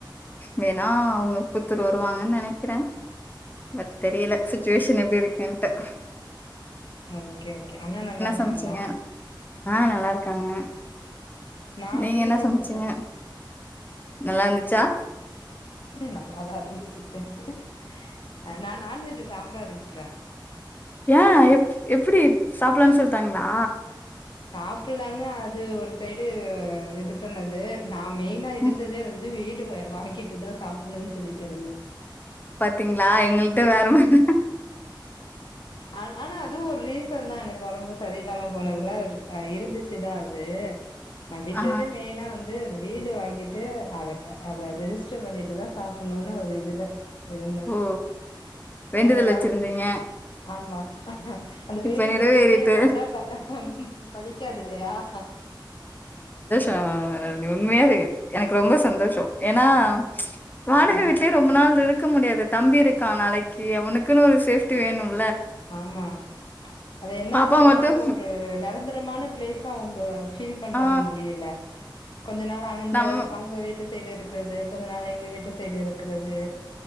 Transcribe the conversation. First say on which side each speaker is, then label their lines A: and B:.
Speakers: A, on the left; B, on the left.
A: வேணா அவுங்க குத்துர் வருவாங்கனு நெனைக் கிறே வெத் தெரியல சுச்வேஷன் எப்பிடி இருக் என்ட
B: ஆ ஓகே ஓகே அண்ணா நல்லா இருக்காங்களா
A: சமைச்சீங்க ஆ நல்லா இருக்காங்க
B: நா
A: நீங்க
B: மீன்
A: என்ன
B: கொழம்பு
A: சமைச்சீங்க
B: வச்சே
A: நல்லா இருந்துச்சா
B: நல்லாதா இருந்துச்சி ம் நான் நான்வெஜ்ஜி சாப்ட ஆரம்பிச்சிட்டேன்
A: ஏன் எப் எப்டி சாப்லான்னு சொல்டாங்ளா
B: சாப்ட்லானு அது ஒரு சைடு இது பண்ணது நா மெயினா இருந்ததே
A: ம்
B: வந்து வீட் வாங்கிட்டு தான் சாப்பிட்ணும் சொல்லிட்டு இருந்தேன்
A: பாத்தீங்ளா எங்கள்ட்ட வேற மாதிரி
B: ஆனாலும் அதுவும் ஒரு ரீசன் தான் எனக்கு ஒடம்பு சரியில்லாம போனது நல்லார் அ இருந்துச்சுதான் அது நா விட்டதே
A: ஆ
B: மெயினா வந்து வீடு வாங்கிட்டு அத க அத ரெஜிஸ்டர் பண்ணிட்டுதான் சாப்பிடணும்னு ஒரு இதுல இருந்தேன்
A: ஓ வேண்டுதல்
B: அத
A: வச்சிருந்தீங்க
B: வாங்கி ஆம்மா ஹம் அந்த
A: இப்ப
B: வேண்டுன்த
A: நிறைவேறிட்டு
B: வெளிய சொன்னா ப ம் பலிக்காதில்லையா அஹா
A: ஆஹான் உண்மையா இரு எனக்கு ரொம்ப சந்தோஷம் ஏனா வாடக
B: ம்
A: வீட்லே ரொம்ப நாள் இருக் இருக்க முடியாது தம்பி இருக்கா நாளைக்கு அவனுக் இதுக்குனு ஒரு சேஃப்டி வேணும்
B: ஆம்மா அது என்னதான்
A: பாப்பா
B: பண்ணாலும்
A: மட்டும்
B: ஒரு நிரந்தரமான பிளேஸ்ஸா அவங்க பீல் பண்ண
A: ஆ
B: முடியல கொஞ்ச நாள் அந்த
A: நம்ம
B: அவங்க வீட்டு சைடு இருக் இருக்கிறது கொஞ்ச நாள் எங்க வீட்டு சைடு இருக்கிறது